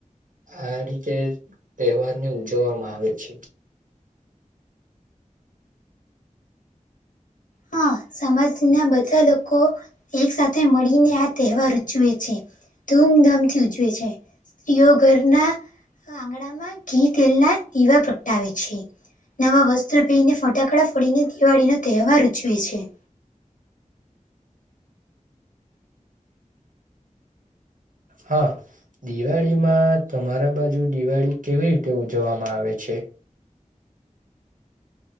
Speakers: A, on the right; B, on the left.
A: આ રીતે તહેવાર ને ઉજવવામાં આવે છે..
B: હા સમાજના બધા લોકો એક સાથે મળીને આ તહેવાર.. ઉજવે છે ધૂમધામથી ઉજવે છે સ્ત્રીઓ ઘરના.. આંગણામાં ઘી તેલ ના દીવા પ્રગટાવે છે.. નવા વસ્ત્ર પીને ફટાકડા ફરીડીને દિવાળી નો તહેવાર ઉજવે છે..
A: હા.. દિવાળીમાં તમારા બાજુ દિવાળી કેવી રીતે ઉજવવામાં આવે છે..